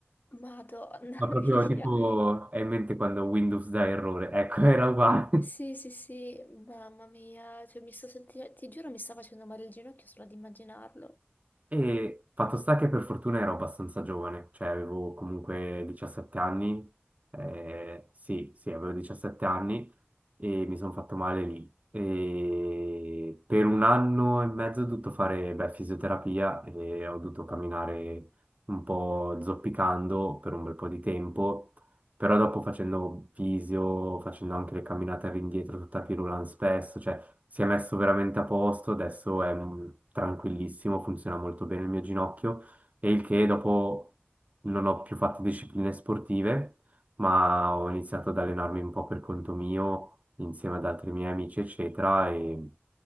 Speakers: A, on the left; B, on the right.
A: Madonna
B: Ma proprio
A: <laughs> mia.
B: tipo, è in mente quando Windows dà errore, ecco, era uguale.
A: Sì, sì, sì, mamma mia. Cioè, mi sto senti- Ti giuro, mi sta facendo male il ginocchio solo ad immaginarlo.
B: E fatto sta che per fortuna ero abbastanza giovane, cioè avevo comunque 17 anni, eh, sì, sì, avevo 17 anni e mi sono fatto male lì. E per un anno e mezzo ho dovuto fare, beh, fisioterapia e ho dovuto camminare un po' zoppicando per un bel po' di tempo però dopo facendo visio, facendo anche le camminate all'indietro, tutta pirulan spesso, cioè si è messo veramente a posto, adesso è mm, tranquillissimo, funziona molto bene il mio ginocchio e il che dopo non ho più fatto discipline sportive, ma ho iniziato ad allenarmi un po' per conto mio, insieme ad altri miei amici, eccetera, e